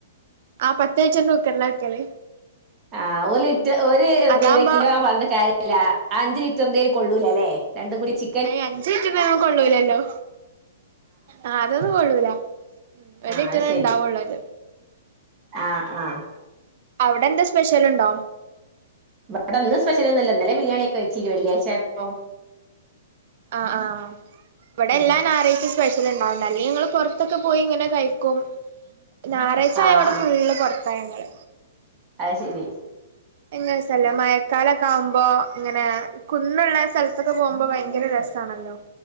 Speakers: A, on the right; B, on the right.
A: ആഹ്, പത്ത് ലിറ്ററിന്റെ കുക്കറിലാ വെക്കല്.
B: ആഹ്, ഒരു ലിറ്റ ഒരു
A: അതാവുമ്പോ
B: പിന്നെ കിലോ ആഹ് പറഞ്ഞിട്ട് കാര്യ ല്ല അഞ്ച് ലിറ്ററിന്റെല് കൊള്ളൂലല്ലേ രണ്ടും കൂടി ചി
A: ഏയ് അഞ്ച് ലിറ്ററിന്റെനൊന്നും കൊള്ളൂലല്ലോ. ആഹ്, അതൊന്നും കൊള്ളൂല, ഉം ഒരു
B: ആഹ്
A: ലിറ്ററേ
B: അത് ശരി
A: ഇണ്ടാവുള്ളൂ അത്.
B: ആഹ്, ആഹ്.
A: അവിടെ എന്താ സ്പെഷ്യൽ ഉണ്ടോ?
B: ഇവട ഇന്നു സ്പെഷ്യൽ ഒന്നുല്ല. ഇന്നലെ ബിരിയാണി ഒക്കെ വെച്ചിനി വെള്ളിയാഴ്ച ആയപ്പം.
A: ആഹ്, ആഹ് ഇവിടെ
B: ഉം
A: എല്ലാ ഞായറാഴ്ചയും സ് പെഷ്യൽ ഉണ്ടാവല്ണ്ട് അല്ലെങ്കിൽ ഞങ്ങള് പുറത്തൊക്കെ പോയി ഇങ്ങനെ കഴിക്കും. ഞായറാഴ്ച്ച
B: ആഹ്
A: ആയ ഇവിടെ ഫുള്ള് പുറത്താ ഞങ്ങള്.
B: അഹ് ശരി.
A: നല്ല രസല്ലേ മഴക്കാലൊക്കെ ആവുമ്പോൾ ഇങ്ങനെ കുന്നുള്ള സ്ഥലത്തൊക്കെ പോവുമ്പോൾ ഭയങ്കരം രസാണല്ലോ.